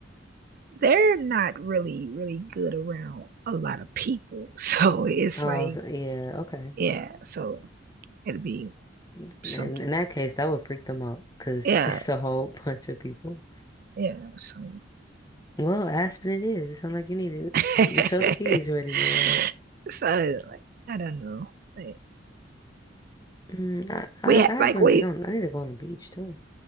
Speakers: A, on the right; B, on the left.
A: they're not really, really good around a lot of people. <laughs> So it's
B: Oh,
A: like,
B: so, yeah, okay.
A: yeah, so it'll be
B: In, in
A: something.
B: that case, that would freak them out because
A: Yeah,
B: <laughs> it's a whole bunch of people.
A: yeah, so
B: Well, Aspen it is. It sounds like you need
A: yeah.
B: to get your skis ready,
A: <laughs>
B: girl.
A: so like, I don't know. Like,
B: Mm, I, I
A: we ha-
B: I haven't
A: like we
B: been on. I need to go on the beach too.